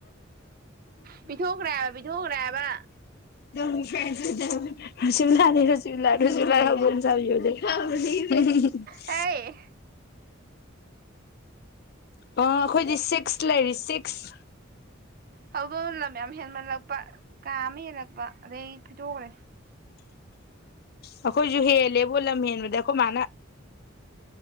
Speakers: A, on the right; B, on the left.
A: ꯄꯤꯊꯣꯛꯈ꯭ꯔꯦꯍꯥꯕ ꯄꯤꯊꯣꯛꯈ꯭ꯔꯦꯍꯥꯕ
B: <unintelligible>
A: ꯑꯦ
B: ꯑ‌ꯣ ꯑꯩꯈꯣꯏꯗꯤ ꯁꯤꯛꯁ ꯂꯩꯔꯤ ꯁꯤꯛꯁ
A: ꯍꯧꯗꯣꯡ ꯂꯝ ꯌꯥꯝ ꯍꯦꯟꯃꯂꯛꯄ ꯀꯥ ꯑꯃꯥ ꯍꯦꯜꯂꯛꯄ ꯑꯗꯗꯒꯤ ꯊꯤꯗꯣꯛꯈ꯭ꯔꯦ
B: ꯑꯩꯈꯣꯏꯁꯨ ꯍꯦꯜꯂꯦꯕꯣ ꯂꯝ ꯍꯦꯟꯕꯗ ꯑꯩꯈꯣꯏ ꯃꯥꯅ